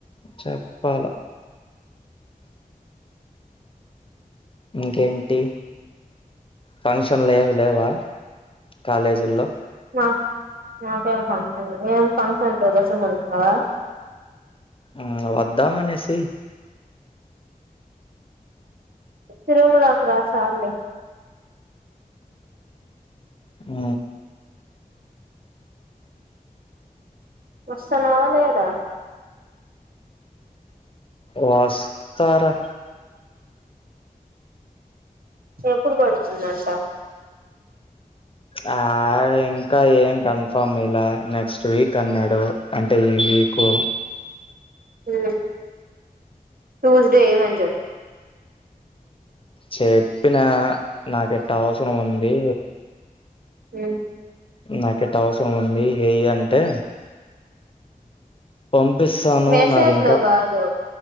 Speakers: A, on the left; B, on the right.
A: చెప్పాలా ఇంకేంటి ఫంక్షన్ ఏమి లేవా కాలేజీల్లో
B: నాకు నాకేం ఫంక్షన్ ఏం ఫంక్షన్ ఉంటే డ్రసెలు కొనిస్తావా
A: ఆ వద్దామనేసి
B: తిరుమల కి రా చాలే
A: ఆ
B: వస్తనావా లేదా
A: వస్తారా
B: ఎప్పుడు పెడుతుందంట
A: ఆ ఇంకా ఏం కన్ఫామ్ ఇలా నెక్స్ట్ వీక్ అన్నాడు అంటే ఈ వీక్ కు
B: ఉమ్ ట్యూస్డే ఎయిమని చెప్పు
A: చెప్పినా నాకు అటా అవసరం ఉంది
B: హమ్
A: నాక యిటా అవసరం ఉంది ఏయి అంటే పంపిస్తాను
B: మెసేజ్
A: నాది ఇంకా
B: లో కాదు